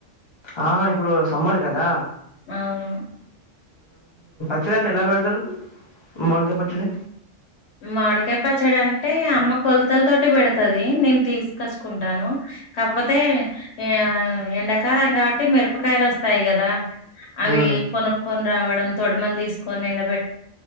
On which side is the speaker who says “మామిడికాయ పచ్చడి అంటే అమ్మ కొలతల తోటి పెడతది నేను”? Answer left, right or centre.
Left